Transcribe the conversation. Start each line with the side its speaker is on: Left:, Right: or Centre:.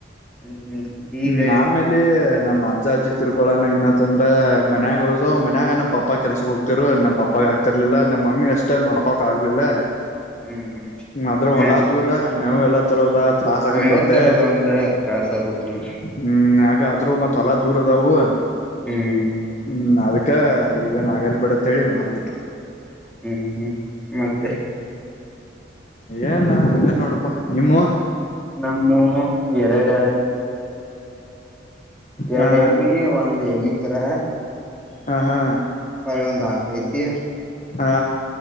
Centre: ಹ್ಮ್ ಹ್ಮ್ ಈಗ
Left: ಹ್ಮ್ ಆಮೇಲೆ ನಮ್ಮ್ ಅಜ್ಜ ಅಜ್ಜಿ ತಿರ್ಕೊಳಣ ಏನಂತಂದ್ರ ಮನ್ಯಾಗ ಉಳಿದು ಮನ್ಯಾಗನ ಪ ಪಪ್ಪಾ ಕೆಲ್ಸ ಹೋಗ್ತಿರು ನಮ್ಮ್ ಪಪ್ಪಾಗ ಆಗ್ತಿರ್ಲಿಲ್ಲ ನಮ್ಮ ಮಮ್ಮಿಗ್ ಅಷ್ಟೇ ನೋಡ್ಕೋಕ್ ಆಗ್ಲಿಲ್ಲ
Centre: ಹ್ಮ್ ಹ್ಮ್
Left: ಹ್ಮ ಅದ್ರ ಹೊಲಾ
Centre: ಮೆ
Left: ದೂರ ಮೇವು ಎಲ್ಲ ತರೋದ ತ್ರಾಸ ಆಗಕೈತೆ
Centre: ಮೇವ್ ತರದ ಒಂದ ತ್ರಾಸ ಆಗುದ್ ನೋಡ್
Left: ಹ್ಮ್ ಯ ಆದ್ರೂ ಮತ್ತತ್ಲಾ ದೂರ ಅದವು
Centre: ಹ್ಮ್
Left: ಹ್ಮ್ ಅದಕ್ಕ ಇವೇನ್ ಆಗಲ್ ಬಿಡತ್ ಹೇಳಿ ಮಾರ್ಬಿಟ್ರಿ
Centre: ಹ್ಮ್ ಹ್ಮ್ ಮತ್ತೆ
Left: ಏಣ ಹಂಗ ನೋಡಪಾ ನಿಮ್ಮವ
Centre: ನಮ್ಮ ಎರಡ ಎರಡು
Left: ಹಾ
Centre: ಎಮಿ ಒಂದ್ ಎಮಿ ತರ
Left: ಹಾ ಹಾ
Centre: ಹ ಒಂದು <inaudible> ಐತಿ
Left: ಹಾ